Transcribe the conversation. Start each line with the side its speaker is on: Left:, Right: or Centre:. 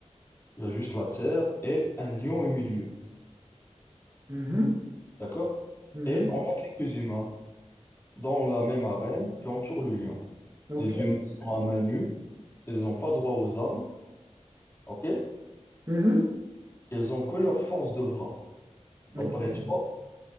Left: Il y a juste la terre et un lion au milieu.
Right: Mhm,
Left: D'accord?
Right: mhm,
Left: Et on a quelques humains dans la même arène qui entourent le lion.
Right: Ok.
Left: Les humains sont à main nue. Ils n'ont pas droit aux armes. OK?
Right: mhm,
Left: Ils ont que leur force de bras.
Right: ok.
Left: D'après toi,